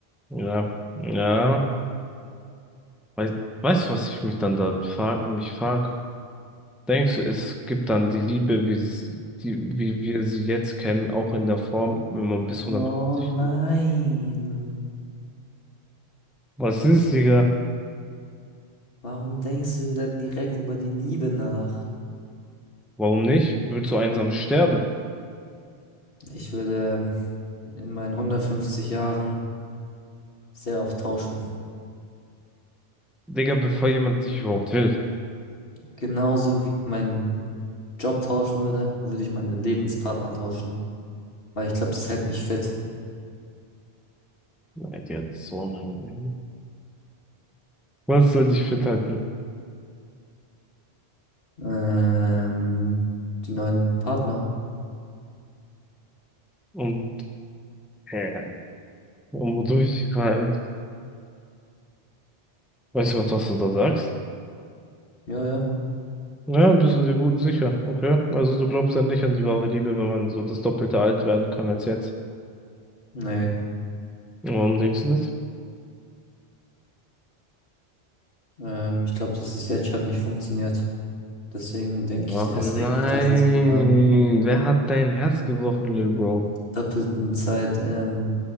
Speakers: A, in the centre; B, on the left (about 60°).
A: Ja, ja. Weiß, weißt du, was ich mich dann da frag, mich frag? Denkst du, es gibt dann die Liebe, wie, sie- die, wie wir sie jetzt kennen, auch in der Form, wenn man bis
B: Oh
A: 150
B: nein,
A: lebt? Was ist, Digga?
B: warum denkst du denn direkt über die Liebe nach?
A: Warum nicht? Willst du einsam sterben?
B: Ich würde ähm, in meinen 150 Jahren sehr oft tauschen.
A: Digga, bevor jemand dich überhaupt will.
B: Genauso wie ich meinen Job tauschen würde, würde ich meine Lebenspartner tauschen, weil ich glaube, das hält mich fit.
A: Nein, Digga, das ist so unangenehm. Was soll dich fit halten?
B: Ähm, die neuen Partner.
A: Und, äh, und wodurch? Weil- Weißt du, was du da sagst?
B: Ja, ja.
A: Ja, bist du dir gut sicher, okay? Also du glaubst dann nicht an die wahre Liebe, wenn man so das Doppelte alt werden kann als jetzt.
B: Nee.
A: Und Warum denkst du das?
B: Ähm, ich glaube, dass es jetzt schon nicht funktioniert. Deswegen denke
A: Ach
B: ich erst
A: nein,
B: recht nicht, dass es bei einer
A: wer hat dein Herz gebrochen, Lil Bro?
B: doppelten Zeit ähm,